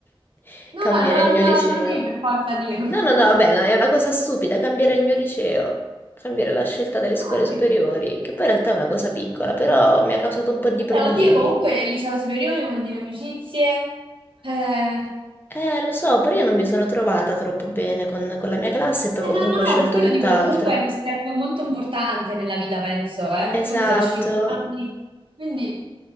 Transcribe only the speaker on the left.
<laughs> cambierei
il mio liceo.
No, no,
no, vabbè, no, è una cosa stupida, cambiare il mio liceo, cambiare la scelta delle scuole
superiori,
che poi in realtà è una cosa piccola, però mi ha causato un po' di problemi.
Eh, lo so, però io non mi sono trovata troppo bene con, con la mia classe e poi
comunque
ho scelto
tutt'altro.
Esatto.